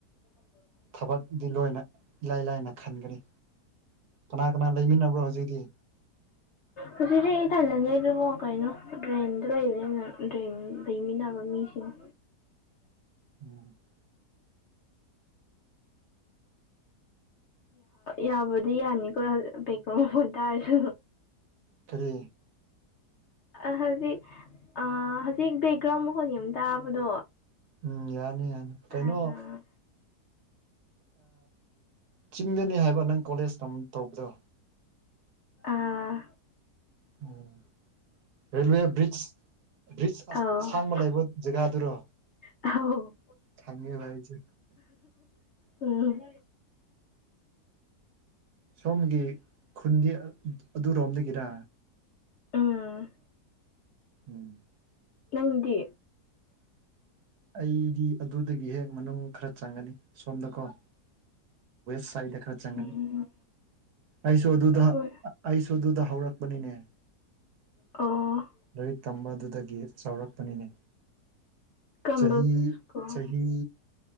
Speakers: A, on the left; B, on the right.
A: ꯎꯝ <unintelligible>
B: ꯊꯕꯛꯗꯤ ꯂꯣꯏꯅ ꯏꯂꯥꯏ ꯂꯥꯏꯅ ꯈꯟꯒꯅꯤ ꯀꯅꯥ ꯀꯅꯥ ꯂꯩꯃꯤꯟꯅꯕ꯭ꯔꯣ ꯍꯧꯖꯤꯛꯇꯤ
A: ꯎ <unintelligible> ꯍꯧꯖꯤꯛꯁꯦ ꯑꯩ ꯇꯅꯅꯤ ꯑꯗꯨꯕꯨ ꯀꯩꯅꯣ ꯗ꯭ꯔꯦꯟꯗꯣ ꯂꯩꯕ ꯗ꯭ꯔꯦꯟ ꯂꯩꯃꯤꯟꯅꯕ ꯃꯤꯁ ꯎ
B: ꯎꯝ <unintelligible>
A: ꯌꯥꯕꯨꯗꯤ ꯌꯥꯅꯤꯀꯣ ꯄꯩꯀꯣ ꯃꯃꯣꯟ ꯇꯥꯔꯁꯨ
B: ꯐꯔꯤ
A: ꯑ ꯍꯧꯖꯤꯛ ꯍꯧꯖꯤꯛ ꯕꯦꯛꯒ꯭ꯔꯥꯎꯟ ꯃꯈꯣꯏꯒꯤ ꯑꯃ ꯇꯥꯕꯗꯣ
B: ꯎꯝ ꯌꯥꯅꯤ ꯌꯥꯅꯤ
A: ꯑꯥ
B: ꯀꯩꯅꯣ ꯆꯤꯡꯗꯅꯤ ꯍꯥꯏꯕ ꯅꯪ ꯀꯣꯂꯦꯖ ꯇꯧꯕꯗꯣ
A: ꯑꯥ
B: ꯎꯝ ꯔꯥꯏꯜꯋꯦꯏ <unintelligible> ꯕ꯭ꯔꯤꯖꯁ
A: ꯑꯥꯎ
B: ꯑꯁꯥꯡꯕ ꯂꯩꯕ ꯖꯒꯥꯗꯨꯔꯣ
A: ꯑꯥꯎ
B: ꯈꯪꯉꯕ ꯑꯩꯁꯦ
A: ꯎꯝ
B: ꯁꯣꯝꯒꯤ ꯈꯨꯟꯗꯤ ꯑꯗꯨꯔꯣꯝꯗꯒꯤꯔ
A: ꯎꯥ <unintelligible>
B: ꯎꯝ
A: ꯅꯪꯗꯤ
B: ꯑꯩꯗꯤ ꯑꯗꯨꯗꯒꯤ ꯍꯦꯛ ꯃꯅꯨꯡ ꯈꯔ ꯆꯪꯒꯅꯤ ꯁꯣꯝꯗꯀꯣ ꯁꯥꯏꯗ ꯈꯔ ꯆꯪꯒꯅꯤ
A: ꯎꯝ
B: ꯑꯩꯁꯨ ꯑꯗꯨꯗ
A: ꯑꯩꯈꯣꯏ
B: ꯑꯩꯁꯨ ꯑꯗꯨꯗ ꯍꯧꯔꯛꯄꯅꯤꯅꯦ
A: ꯑꯣ <unintelligible>
B: ꯂꯥꯏꯔꯤꯛ ꯇꯝꯕ ꯑꯗꯨꯗꯒꯤ ꯆꯥꯎꯔꯛꯄꯅꯤꯅꯦ
A: ꯀꯝꯕ
B: ꯆꯍꯤ
A: ꯁ꯭ꯀꯨꯜ
B: ꯆꯍꯤ